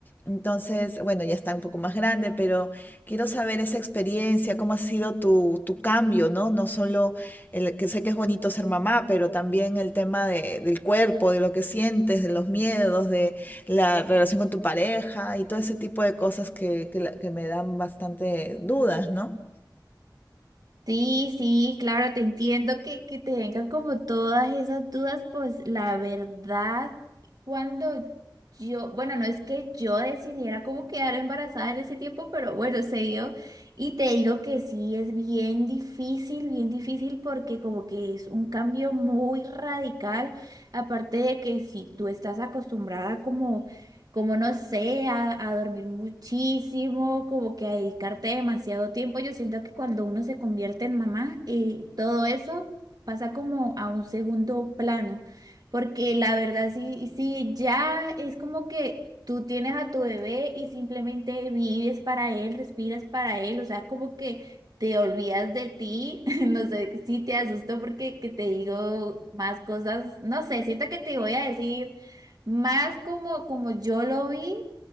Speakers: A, on the left (about 25°); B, on the right (about 55°).
A: Entonces, bueno, ya está un poco más grande, pero quiero saber esa experiencia, cómo ha sido tu, tu cambio, ¿no? No solo el que sé que es bonito ser mamá, pero también el tema de, del cuerpo, de lo que sientes, de los miedos, de la relación con tu pareja y todo ese tipo de cosas que, que, la- que me dan bastante dudas, ¿no?
B: Sí, sí, claro, te entiendo que, que te vengan como todas esas dudas, pues la verdad, cuando yo, bueno, no es que yo decidiera cómo quedar embarazada en ese tiempo, pero bueno, se dio. Y te digo que sí, es bien difícil, bien difícil porque como que es un cambio muy radical, aparte de que si tú estás acostumbrada como como no sé, a, a dormir muchísimo, como que a dedicarte demasiado tiempo. Yo siento que cuando uno se convierte en mamá, eh, todo eso pasa como a un segundo plano, porque la verdad sí, sí, ya es como que tú tienes a tu bebé y simplemente vives para él, respiras para él, o sea, como que... Te olvidas de ti, <laughs> no sé si te asusto porque que te digo más cosas, no sé, siento que te voy a decir más como, como yo lo vi,